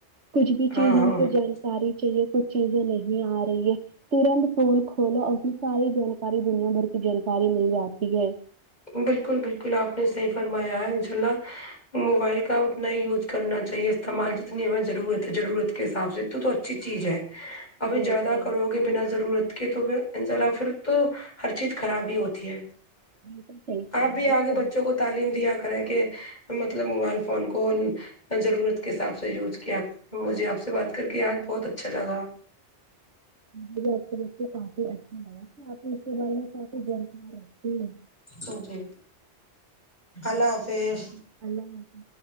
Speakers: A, on the right; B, on the left.
A: کچھ بھی
B: ہاں
A: چیز
B: ہاں
A: ہم کو جانکاری چاہیے کچھ چیزیں نہیں آ رہی ہے ترنت فون کھولو اس میں ساری جانکاری دنیا بھر کی جانکاری مل جاتی ہے
B: بالکل بالکل آپ نے صحیح فرمایا ہے انشاء اللہ موبائل کا اتنا ہی یوز کرنا چاہیے استعمال جتنی ہمیں ضرورت ہے جرورت کے حساب سے تو تو اچھی چیز ہے ابھی
A: بالکل
B: زیادہ کرو گے بنا ضرورت کے تو انشاللہ پھر تو ہر چیز خراب ہی ہوتی ہے
A: بالکل صحیح کہا
B: آپ
A: ہے
B: بھی آگے بچوں کو تعلیم دیا کریں کہ مطلب موبائل فون کو ضرورت کے حساب سے یوز کیا کر مجھے آپ سے بات کر کے آج بہت اچھا لگا
A: مجھے بھی آپ کو دیکھ کے کافی اچھا لگا کی آپ نے اس کے بارے میں کافی جانکاری رکھتی ہے
B: آمم جی اللہ حافظ
A: اللہ حافظ